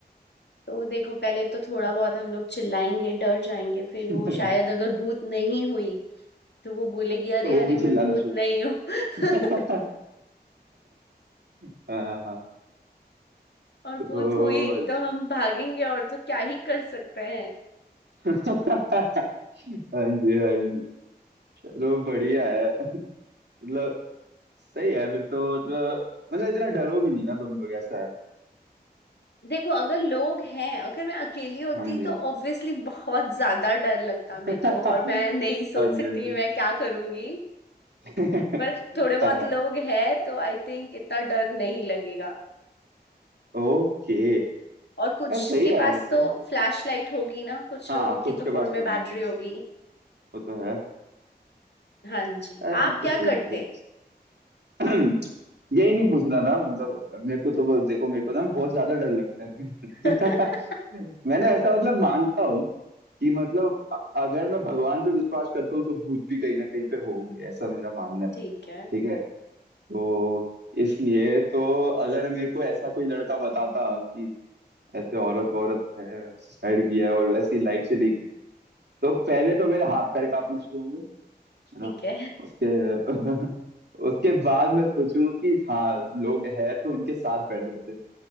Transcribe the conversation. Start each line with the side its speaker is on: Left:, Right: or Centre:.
Left: तो देखो पहले तो थोड़ा बहुत हम लोग चिल्लाएंगे डर जाएंगे फिर
Right: <laughs>
Left: वो शायद अगर भूत नहीं हुई तो वो बोलेगी अरे
Right: तो वो
Left: अरे
Right: भी चिल्लाना
Left: मैं भूत
Right: शुरू
Left: नहीं हूँ <laughs>
Right: <laughs> हाँ हाँ
Left: और
Right: तो
Left: भूत हुई
Right: अच्छा
Left: तो हम भागेंगे और तो क्या ही कर सकते हैं
Right: <laughs> हाँ जी हाँ जी चलो बढ़िया है मतलब सही है फिर तो मतलब मतलब इतना डरो भी नहीं ना तुम लोग ऐसा है
Left: देखो अगर लोग हैं अगर मैं अकेली होती
Right: हाँ जी
Left: तो ऑब्वियसली बहुत ज्यादा डर लगता
Right: <laughs>
Left: मेरे
Right: हाँ
Left: को और
Right: जी
Left: मैं नहीं सोच
Right: हाँ
Left: सकती
Right: जी
Left: मैं क्या करूंगी
Right: <laughs>
Left: पर थोड़े बहुत
Right: हाँ
Left: लोग हैं तो आई थिंक इतना डर नहीं लगेगा
Right: ओके
Left: और कुछ
Right: यार सही
Left: के
Right: है
Left: पास
Right: फिर तो
Left: तो फ्लैश लाइट होगी ना कुछ
Right: हाँ
Left: लोगों
Right: कुछ
Left: की तो
Right: के
Left: फोन
Right: पास
Left: में
Right: तो
Left: बैटरी
Right: वो है ऐसी
Left: होगी
Right: वो तो है
Left: हाँ जी
Right: यार फिर
Left: आप
Right: तो
Left: क्या
Right: सही
Left: करते
Right: है फिर तो <clears throat> यही नहीं पूछना था मतलब मेरे को तो बस- देखो मेरे को ना बहुत ज्यादा डर लगता है
Left: <laughs>
Right: <laughs> मैंने ऐसा मतलब मानता हूँ कि मतलब अ- अगर मैं भगवान पे विश्वास करता हूँ तो भूत भी कहीं ना कहीं पे होंगे ऐसा मेरा मानना है
Left: ठीक है
Right: ठीक है तो इसलिए तो अगर मेरे को ऐसा कोई लड़का बताता कि ऐसे औरत वौरत है सुसाइड किया है और ऐसी लाइफ से नहीं तो पहले तो मेरे हाथ पैर कांपना शुरू होंगे है ना
Left: ठीक है
Right: उसके <laughs> उसके बाद मैं सोचूंगा कि हाँ लोग है तो उनके साथ बैठ जाते हैं।